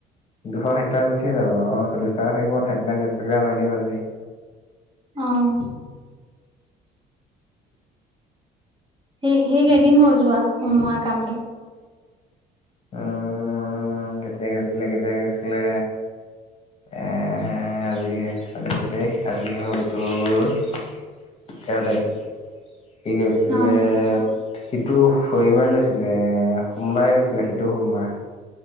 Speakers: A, on the left (about 35°); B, on the right (about 30°).
A: দুশ ষাঠিটকা গুচিয়ে যাব আৰু। চল্লিছ টকা থাকিব, থাকিলে নেট পেট এটা মাৰি দিম আজি। অ হৈ <inaudible>
B: আহ সেই সেই কেইদিন হ'ল যোৱা সোমোৱাৰ কামটো।
A: উম্ কেতিয়া গৈছিলে কেতিয়া গৈছিলে, এ আজি আজি কেই তাৰিখ? আজি হ'ল টোৰ তেৰ তাৰিখ। কি কৈছিলে?
B: অ
A: সিটো শনিবাৰ গৈছিলে, সোমবাৰে গৈছিলে সিটো সোমবাৰ।